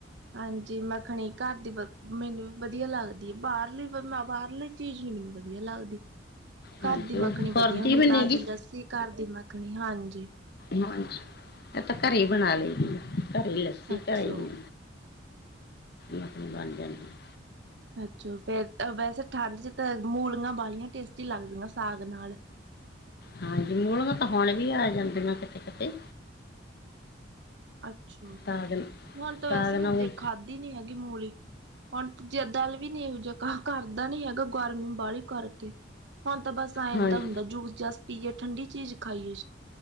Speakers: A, on the right; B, on the left.
A: ਹਾਂਜੀ, ਮੱਖਣੀ ਘਰ ਦੀ ਬਹੁ ਮੈਨੂੰ ਵਧੀਆ ਲੱਗਦੀ ਆ। ਬਾਹਰਲੀ ਫਿਰ ਮੈਂ ਬਾਹਰਲੀ ਚੀਜ਼ ਨੀ ਮੈਨੂੰ ਵਧ ਵਧਆ ਲੱਗਦੀ।
B: ਹਾਂਜੀ
A: ਘਰ ਦੀ
B: ਉਹ
A: ਮੱਖਣੀ ਵਧੀਆ
B: ਫੁਰਦੀ
A: ਹੁੰਦੀ
B: ਵੀ ਨੀ
A: ਤਾਜ਼ੀ
B: ਗੀ
A: ਲੱਸੀ, ਘਰ ਦੀ ਮੱਖਣੀ ਹਾਂਜੀ।
B: ਹਾਂਜੀ, ਇਹ ਤਾਂ ਘਰੇ ਹੀ ਬਣਾ ਲਈਦੀ ਆ ਘਰੇ ਲੱਸੀ।
A: ਅੱਛਾ
B: ਘਰੇ ਈ ਮਖਣੀ ਬਣ ਜਾਦੀ ਐ।
A: ਅੱਛਾ ਫਿਰ ਵੈਸੇ ਠੰਡ ਚ ਤਾਂ ਮੂਲਗੀਆਂ ਬਾਹੀਆਂ ਟੇਸਟੀ ਲੱਗਦੀਆਂ ਸਾਗ ਨਾਲ।
B: ਹਾਂਜੀ ਮੂਲੀਆਂ ਤਾਂ ਹੁਣ ਵੀ ਆ ਜਾਂਦੀਆਂ ਕਿਤੇ-ਕਿਤੇ।
A: ਅੱਛਾ,
B: ਸਾਗ
A: ਹੁਣ ਤਾਂ
B: ਸਾਗ
A: ਵੈਸੇ ਮੈਂ
B: ਨਾਲ
A: ਖਾਧੀ ਨੀ ਹੈਗੀ ਮੂਲੀ। ਹੁਣ ਜਿੱਦ ਵੀ ਨਹੀਂ ਇਹੋ ਜਿਹਾ ਕ ਕਰਦਾ ਨੀ ਹੈਗਾ, ਗਰਮੀ ਬਾਹਲੀ ਕਰਕੇ। ਹੁਣ ਤਾਂ ਬਸ ਆ
B: ਹਾਂਜੀ
A: ਏਦਾਂ ਹੁੰਦਾ। ਜੂਸ-ਜਾਸ ਪੀਏ ਠੰਡੀ ਚੀਜ਼ ਖਾਈਏ।